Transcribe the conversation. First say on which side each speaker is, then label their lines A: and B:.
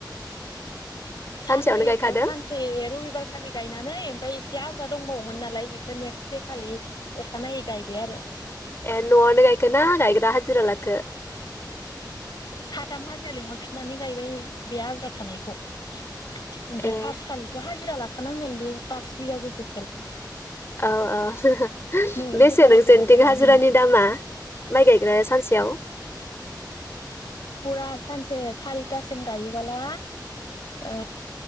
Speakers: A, on the left (about 35°); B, on the left (about 70°).
A: सानसेयावनो
B: साननैज्ञओ
A: गायखादों
B: सानसे रबिबार खालि गायनानै ओमफ्राय एसे आद्रा दंबावोमोन नालाय बेखौ नेक्स्ट दे खालि अखानायनायै गायबाय आरो।
A: ए न'यावनो गायखो ना गायग्रा हाजिरा लाखो?
B: साथाम हाजिरा लिंहरफिननानै गायबाय बे आद्रा थानायखौ। ओमफ्राय
A: ए
B: फार्स्ट खालिथ' हाजिरा ला खानांगोन बे पास बिगा गोजोखौ
A: औ औ।
B: न'नि
A: बेसे
B: गोजालाय
A: नोंसोरथिं
B: बहाथो गायनो
A: हाजिरानि
B: हानो
A: दामा माइ गायग्राया सानसेयाव।
B: फुरा सानसे सारिथासिम गायोबोला ओ